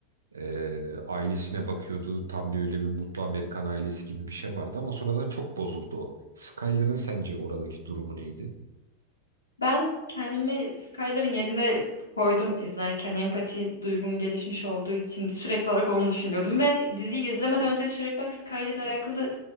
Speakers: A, on the right; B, on the left.
A: e, ailesine bakıyordu. Tam bir öyle bir mutlu Amerikan ailesi gibi bir şey vardı ama sonradan çok bozuldu o. Skyler'ın sence oradaki durumu neydi?
B: Ben kendimi Skyler'ın yerine koydum izlerken empati duygum gelişmiş olduğu için sürekli olarak onu düşünüyordum ve diziyi izlemeden önce sürekli olarak Skyler'la alakalı